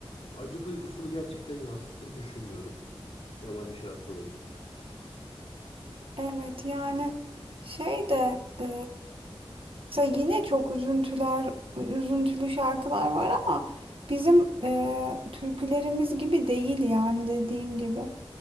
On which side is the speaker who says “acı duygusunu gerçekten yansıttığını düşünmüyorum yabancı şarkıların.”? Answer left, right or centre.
Left